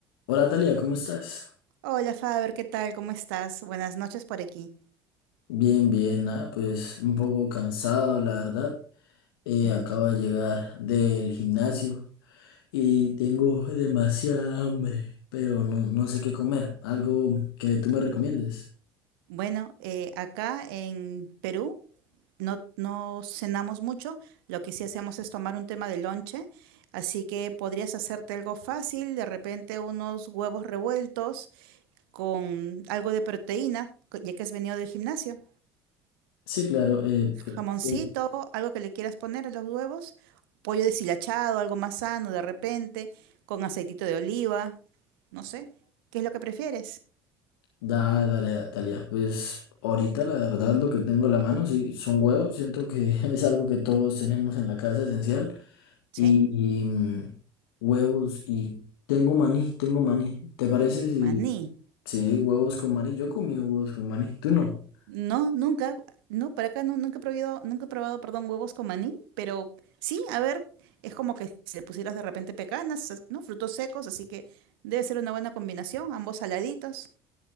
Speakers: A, on the left; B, on the right.
A: Hola Talia, ¿cómo estás?
B: Hola Faber, ¿qué tal? ¿Cómo estás? Buenas noches por aquí.
A: Bien, bien, ah, pues un poco cansado, la verdad. Eh,
B: Ujú.
A: acabo de llegar del gimnasio y tengo demasiada hambre, pero no, no sé qué comer. Algo que tú me recomiendes.
B: Bueno, eh, acá en Perú no, no cenamos mucho, lo que sí hacemos es tomar un tema de lonche, así que podrías hacerte algo fácil, de repente unos huevos revueltos con algo de proteína, co- ya que has venido del gimnasio,
A: Sí, claro, eh, pues,
B: jamoncito,
A: eh,
B: algo que le quieras poner a los huevos, pollo deshilachado, algo más sano de repente, con aceitito de oliva, no sé, ¿qué es lo que prefieres?
A: da- dale, da- Talia. Pues ahorita la verdad lo que tengo en la mano sí, son huevos. Siento que <laughs> es algo que todos tenemos en la casa esencial.
B: Sí.
A: Y, y, mm, huevos y tengo maní, tengo maní. ¿Te parece si...
B: Maní.
A: Sí, huevos con maní. Yo he comido huevos con maní. ¿Tú no?
B: No, nunca, no, por acá no, nunca he probado, nunca he probado, perdón, huevos con maní, pero sí, a ver, es como que si le pusieras de repente pecanas, as- ¿no? Frutos secos, así que debe ser una buena combinación, ambos saladitos,